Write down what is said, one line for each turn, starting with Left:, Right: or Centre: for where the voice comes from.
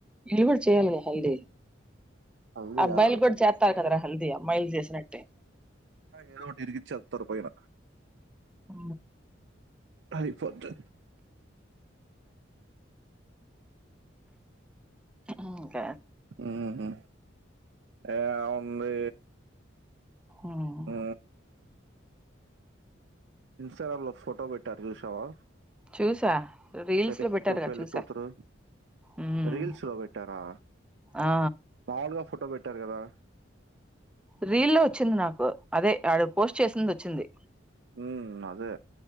Centre: వీళ్ళు కూడా చేయ్యాలిగ హల్దీ
Right: హల్దీయా
Centre: అబ్బాయిలు కూడా చేత్తరు కదా రా హల్దీ అమ్మయిలు చేసినట్టే
Right: ఎదో ఒకటి ఇరికిచేత్తరు పైన
Centre: ఊ
Right: అయిపోది
Centre: ఇంక
Right: ఉ హు ఏం ఉంది
Centre: ఉమ్.
Right: ఊ ఇన్స్టాగ్రామ్ లో ఫోటో పెట్టారు చూసావా
Centre: చూసా రీల్స్
Right: పెళ్ళికొడుకు
Centre: లో పెట్టారు గా
Right: పెళ్ళికూతురు
Centre: చూసా ఉమ్
Right: రీల్స్ లో పెట్టారా
Centre: ఆ
Right: మాముల్గా ట్లో పెట్టారు గదా
Centre: రీల్ లో వచ్చింది నాకు అదే ఆడ్ పోస్ట్ చేసింది వచ్చింది
Right: ఉ అదే